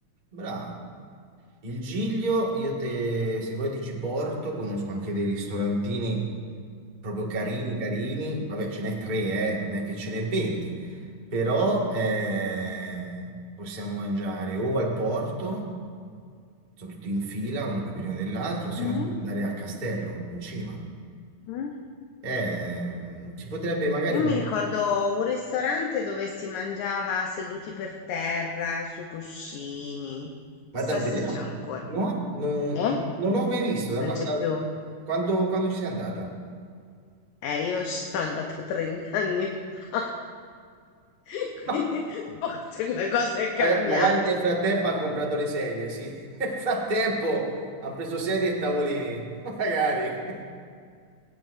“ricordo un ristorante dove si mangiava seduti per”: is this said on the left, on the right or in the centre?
Left